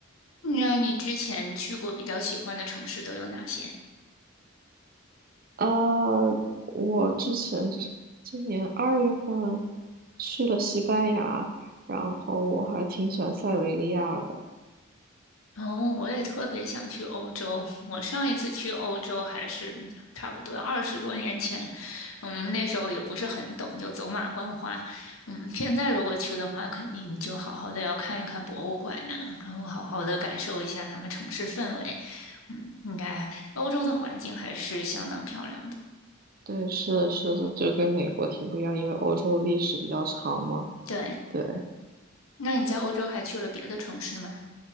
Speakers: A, on the left (about 75°); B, on the right (about 45°).
A: 那你之前去过比较喜欢的城市都有哪些？
B: 呃，我之前就是今年二月份。去了西班牙，然后我还挺喜欢塞维利亚的。
A: 然后我也特别想去欧洲。我上一次去欧洲还是差不多二十多年前，嗯，那时候也不是很懂，就走马观花。嗯，现在如果去的话，肯定就好好的要看一看博物馆呀，然后好好的感受一下他们城市氛围。嗯，应该欧洲的环境还是相当漂亮的。
B: 对，是的，是的，就跟美国挺不一样，因为欧洲历史比较长嘛。
A: 对，
B: 对，
A: 那你在欧洲还去了别的城市吗？